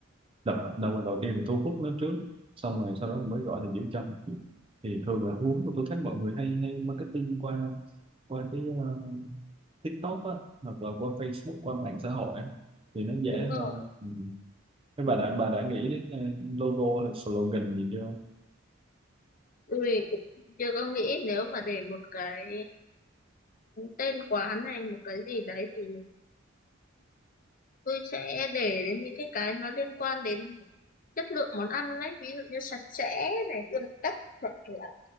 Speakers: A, on the right; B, on the left.
A: đập đầu đầu tiên là thu hút nó trước xong rồi sau đó mới gọi là giữ chân thì thường là thu hút tôi thấy mọi người hay hay marketing qua qua cái ờ, TikTok á hoặc là qua Facebook qua mạng xã hội á thì nó dễ
B: đúng rồi
A: hơn ừ. Thế
B: ừ.
A: bà đã bà đã nghĩ đến ờ, logo là slogan gì chưa
B: tôi cũng chưa có nghĩ nếu mà để một cái tên quán này một cái gì đấy thì tôi sẽ để đến những cái cái nó liên quan đến chất lượng món ăn đấy ví dụ như sạch sẽ này tươm tất hoặc là